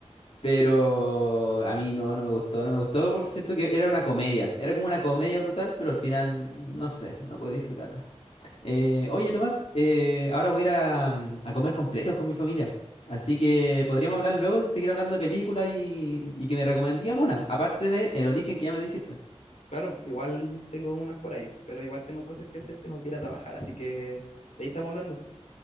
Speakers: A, on the left; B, on the left.
A: Pero a mí no, no me gustó, no me gustó, porque siento que era una comedia. Era como una comedia brutal, pero al final, no sé, no puedo disfrutarla. Eh, oye, Tomás, eh, ahora voy a ir a, mm, a comer completos con mi familia. Así que podríamos hablar luego y seguir hablando de películas y, y que me recomendí alguna, aparte de El origen que ya me dijiste.
B: Claro, igual tengo unas por ahí, pero igual tengo cosas que hacer, tengo que ir a trabajar, así que de ahí estamos hablando.